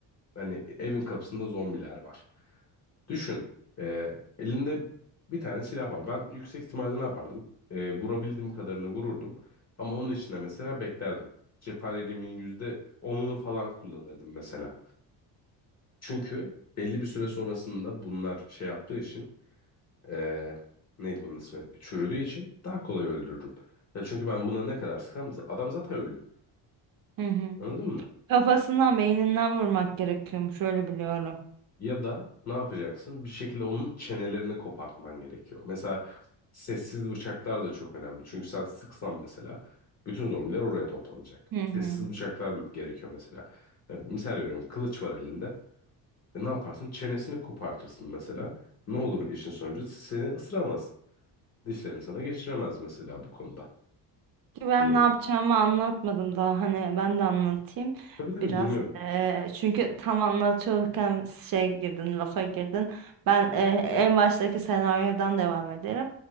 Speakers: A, on the left; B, on the right.
A: Hani evin kapısında zombiler var. Düşün. e, elinde bir tane silah var. Ben yüksek ihtimalle ne yapardım? E, vurabildiğim kadarını vururdum. Ama onun içinde mesela beklerdim. Cephaneliğimin yüzde onunu falan kullanırdım mesela. Çünkü belli bir süre sonrasında bunlar şey yaptığı için e, neydi bunun ismi? Çürüdüğü için daha kolay öldürürüm. Ya çünkü ben buna ne kadar sıksam z- adam zaten ölü.
B: Hı hı.
A: Anladın mı?
B: Kafasından, beyninden vurmak gerekiyormuş öyle biliyorum.
A: Ya da ne yapacaksın? Bir şekilde onun çenelerini kopartman gerekiyor. Mesela sessiz bıçaklar da çok önemli. Çünkü sen sıksan mesela bütün zombiler oraya toplanacak.
B: Hı hı.
A: Sessiz bıçaklar gerekiyor mesela. E, misal veriyorum kılıç var elinde. E, ne yaparsın? Çenesini kopartırsın mesela. Ne olur işin sonucu? Seni ısıramaz. Dişlerini sana geçiremez mesela bu konuda.
B: Ki ben
A: Hani
B: ne yapacağımı anlatmadım daha hani ben de anlatayım
A: tabii tabii
B: biraz.
A: dinliyorum.
B: Eee, çünkü tam anlatıyorken şey girdin lafa girdin. Ben eee, en baştaki senaryodan devam ederim.